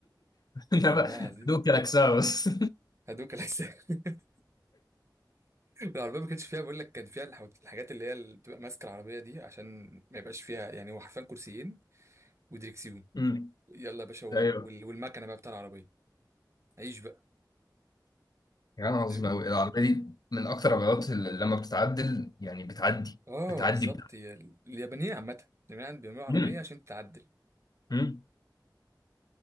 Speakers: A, on the left; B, on the right.
A: انا
B: والله
A: بقى
B: العظيم
A: دوك كلاكسها بس
B: هدوك الأجسام <laughs> العربية ما كانتش فيها بقول لك كان فيها الحو- الحاجات اللي هي اللي بتبقى ماسكة العربية دي عشان ما يبقاش فيها يعني هو حرفيا كرسيين ودريكسيون
A: أمم.
B: يلا يا باشا و-
A: ايوه
B: وال- والمكنة بقى بتاع العربية عيش بقى
A: يا يعني عظيم
B: فاهم
A: قوي العربيه دي من اكتر العربيات اللي لما بتتعدل يعني بتعدي
B: اه
A: بتعدي
B: بالظبط هي ال- اليابانيين عامة اليابانيين بيعملوا عربية
A: مم.
B: عشان تتعدل
A: مم.